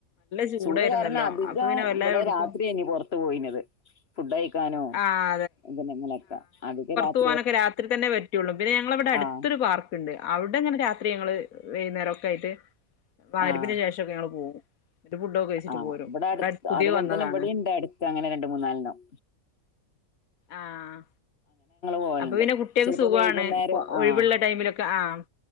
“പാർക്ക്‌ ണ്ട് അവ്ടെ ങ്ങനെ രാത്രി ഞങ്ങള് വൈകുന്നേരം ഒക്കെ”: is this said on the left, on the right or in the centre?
Left